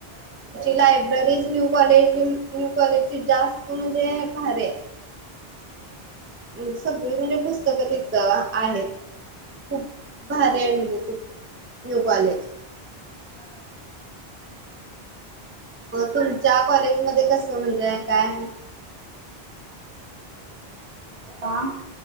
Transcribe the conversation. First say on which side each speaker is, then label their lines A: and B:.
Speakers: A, on the right; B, on the right.
A: लायब्ररीज न्यू कॉलेज चीजास्त भारी आहे. सगळी पुस्तकं तिथं आहेत. खू प भारी आहे. न्यू कॉलेज
B: चा <unintelligible>
A: तुमच्या कॉलेजमध्येध्ये कसं काय
B: हा